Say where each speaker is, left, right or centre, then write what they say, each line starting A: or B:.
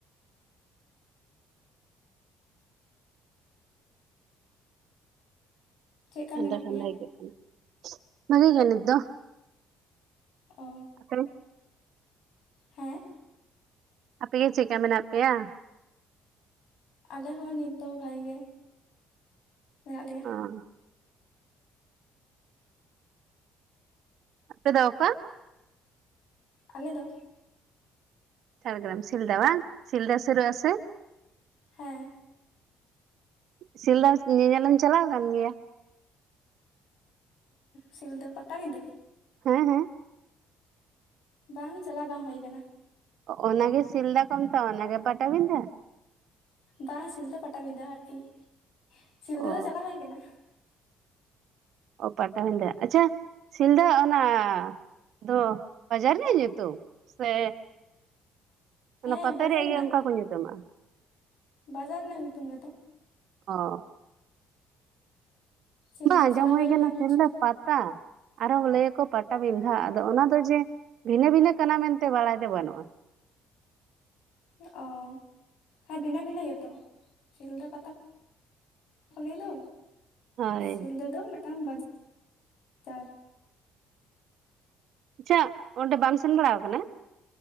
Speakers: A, on the left; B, on the right.
A: ᱪᱮᱫᱠᱟ
B: ᱴᱷᱟᱱᱰᱟ
A: ᱢᱮᱱᱟᱜ
B: ᱴᱷᱟᱱᱰᱟ
A: ᱯᱮᱭᱟ
B: ᱟᱹᱭᱠᱟᱹᱜ ᱠᱟᱱᱟ ᱵᱷᱟᱜᱤ ᱜᱮ ᱱᱤᱛ ᱫᱚ
A: ᱚ
B: <unintelligible>
A: ᱦᱮᱸ
B: ᱟᱯᱮ ᱜᱮ ᱪᱮᱜᱠᱟ ᱢᱮᱱᱟᱜ ᱯᱮᱭᱟ
A: ᱟᱞᱮ ᱦᱚᱸ ᱱᱤᱛ ᱫᱚ ᱵᱷᱟᱜᱮ ᱜᱮ ᱢᱮᱱᱟᱜ ᱞᱮᱭᱟ
B: ᱦ <inaudible> ᱟᱯᱮ ᱫᱚ ᱚᱠᱟ
A: ᱟᱞᱮ ᱫᱚ
B: ᱡᱷᱟᱲᱜᱨᱟᱢ ᱥᱤᱞᱫᱟ ᱵᱟᱝ ᱥᱤᱞᱫᱟ ᱥᱩᱨ ᱟᱥᱮ
A: ᱦᱮᱸ
B: ᱥᱤᱞᱫᱟ ᱧᱮᱧᱮᱞ ᱮᱢ ᱪᱟᱞᱟᱣ ᱠᱟᱱ ᱜᱮᱭᱟ
A: ᱥᱤᱞᱫᱟᱹ ᱯᱟᱛᱟᱵᱤᱸᱫᱟᱹ
B: ᱦᱮᱸ ᱦᱮᱸ
A: ᱵᱟᱝ ᱪᱟᱞᱟᱣ ᱵᱟᱝ ᱦᱳᱭ ᱠᱟᱱᱟ
B: ᱚᱱᱟᱜᱮ ᱥᱤᱞᱫᱟ ᱠᱚ ᱢᱮᱛᱜᱼᱟ ᱟᱨ ᱚᱱᱟ ᱜᱮ ᱯᱟᱴᱟᱵᱤᱱᱫᱟᱹ
A: ᱵᱟᱝ ᱥᱤᱞᱫᱟᱹ ᱯᱟᱴᱟᱵᱤᱫᱟᱹ ᱟᱨᱠᱤ ᱥᱤᱞᱫᱟᱹ
B: ᱚ
A: ᱫᱚ ᱪᱟᱞᱟᱣ ᱦᱩᱭ ᱠᱟᱱᱟ
B: ᱚ ᱯᱟᱴᱟ ᱵᱤᱫᱟᱹ ᱟᱪᱪᱷᱟ ᱥᱤᱞᱫᱟᱹ ᱚᱱᱟ ᱫᱚ ᱵᱟᱡᱟᱨ ᱨᱮᱭᱟᱜ ᱧᱩᱛᱩᱢ ᱥᱮ
A: ᱦᱮᱸ
B: ᱚᱱᱟ ᱯᱟᱛᱟ
A: ᱵᱟᱡᱟᱨ
B: ᱨᱮᱭᱟᱜ
A: ᱨᱮᱱᱟᱜ
B: ᱜᱮ ᱚᱱᱠᱟ
A: ᱜᱮᱛᱚ
B: ᱠᱚ ᱧᱩᱛᱩᱢᱟ
A: ᱵᱟᱡᱟᱨ ᱨᱮᱱᱟᱜ ᱧᱩᱛᱩᱢ ᱜᱮᱛᱚ
B: ᱚ
A: ᱥᱤᱞᱫᱟ
B: ᱵᱟᱝ ᱟᱸᱡᱚᱢ
A: ᱪᱟᱞᱟᱣ
B: ᱦᱩᱭ
A: ᱞᱮᱱᱟ
B: ᱠᱟᱱᱟ
A: ᱢᱤᱫ
B: ᱥᱮᱱ
A: ᱪᱷᱚᱴ
B: ᱫᱚ ᱯᱟᱛᱟ ᱟᱨᱦᱚᱸ ᱞᱟᱹᱭᱟᱠᱚ ᱯᱟᱴᱟᱵᱤᱸᱫᱟᱹ ᱟᱫᱚ ᱚᱱᱟ ᱫᱚ ᱡᱮ ᱵᱷᱤᱱᱟᱹ ᱵᱷᱤᱱᱟᱹ ᱠᱟᱱᱟ ᱢᱮᱱᱛᱮ ᱵᱟᱲᱟᱭ ᱫᱚ ᱵᱟᱹᱱᱩᱜᱼᱟ
A: ᱚ ᱦᱮᱸ ᱵᱷᱤᱱᱟᱹ ᱵᱷᱤᱱᱟᱹ ᱜᱮᱛᱚ ᱥᱤᱞᱫᱟᱹ ᱯᱟᱛᱟ ᱚᱞᱮ ᱫᱚ
B: ᱦᱳᱭ
A: ᱥᱤᱞᱫᱟᱹ ᱫᱚ ᱢᱤᱫᱴᱟᱝ ᱵᱟᱡᱟᱨ
B: ᱟᱪᱪᱷᱟ ᱚᱸᱰᱮ ᱵᱟᱢ ᱥᱮᱱ ᱵᱟᱲᱟ ᱠᱟᱱᱟ